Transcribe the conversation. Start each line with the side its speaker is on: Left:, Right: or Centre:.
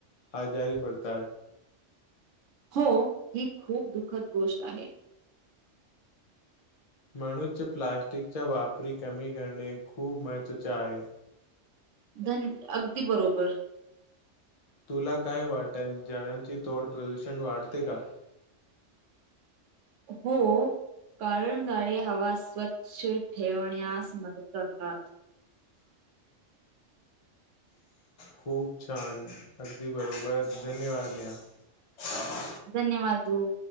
Left: आजारी पडतात.
Right: हो ही खूप दुखद गोष्ट आहे.
Left: म्हणुच प्लास्टिकच्या वापरी कमी, करणे खूप महत्वाचे आहे.
Right: धन अगदी बरोबर,
Left: तुला काय वाटत झाडांचे तोड प्रदूषण वाढते का?
Right: <inaudible> हो, कारण झाडे हवा स्वच्छ ठेवण्यास मदत करतात.
Left: खूप छान अगदी बरोबर धन्यवाद! नेहा,
Right: धन्यवाद ध्रुव,